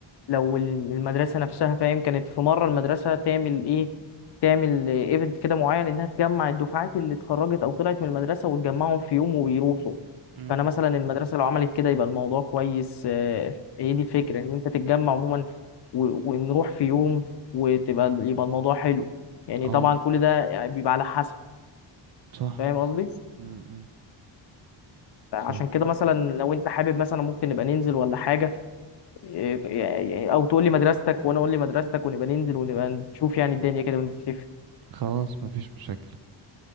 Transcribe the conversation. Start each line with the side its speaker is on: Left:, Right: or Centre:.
Left: لو ال- المدرسه نفسها فاهم كانت في مره المدرسه تعمل ايه تعمل ايفنت كده معين انها تجمع الدفعات اللي اتخرجت او طلعت من المدرسه وتجمعهم في يوم ويروحوا
Right: امم
Left: فانا مثلا المدرسه لو عملت كده يبقى الموضوع كويس آه، هي دي الفكره ان انت تتجمع عموما و- ونروح في يوم وتبقى يبقى الموضوع حلو يعني
Right: اه
Left: طبعا كل ده يعني بيبقى على حسب
Right: صح
Left: فاهم قصدي
Right: امم
Left: عشان
Right: ف
Left: كده مثلا لو انت حابب مثلا ممكن نبقى ننزل ولا حاجه إيه، يعني- او تقول لي مدرستك وانا اقول لي مدرستك ونبقى ننزل ونبقى نشوف يعني الدنيا كده ونتفق
Right: خلاص مفيش مشاكل